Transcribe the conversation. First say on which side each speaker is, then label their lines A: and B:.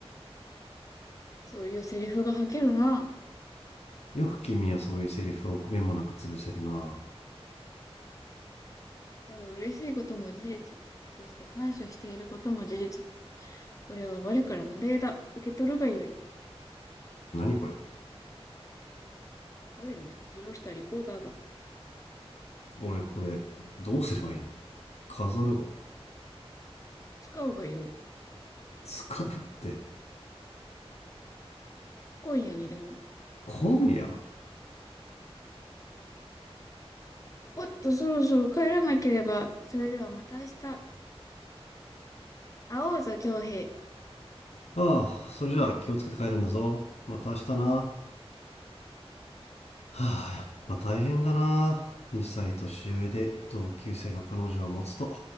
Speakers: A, on the left; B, on the left.
A: そういうセリフが吐けるな。
B: よく君はそういうセリフを臆面もなく潰せるな
A: だが嬉しいことも事実。そして感謝していることも事実。これは我からの礼だ。受け取るがよい。
B: 何これ
A: 我の使用したリコーダーだ。
B: 俺これどうすればいいの飾るの
A: 使うがよい。
B: 使うって
A: 今夜にでも
B: 今夜
A: おっと、そろそろ帰らなければ。それではまた明日。会おうぞ、京平。
B: ああ、それじゃあ気をつけて帰るんだぞ。また明日な。はあ、まあ大変だな。2歳年上で同級生の彼女を持つと。